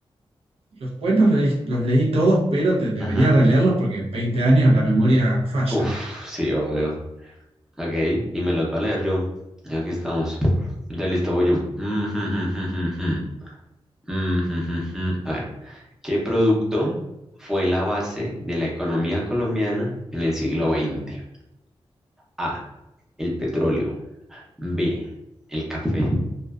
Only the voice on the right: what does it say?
Los cuentos lo leí- los leí, todos, pero te, debería
releerlos porque en 20 años la memoria falla.